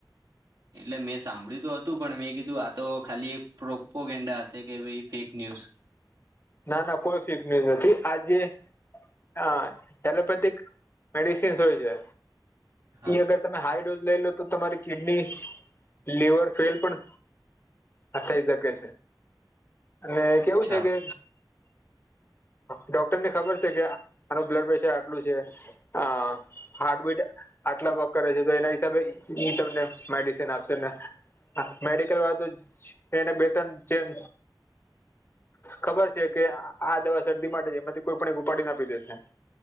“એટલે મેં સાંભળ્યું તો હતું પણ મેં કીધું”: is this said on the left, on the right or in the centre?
Right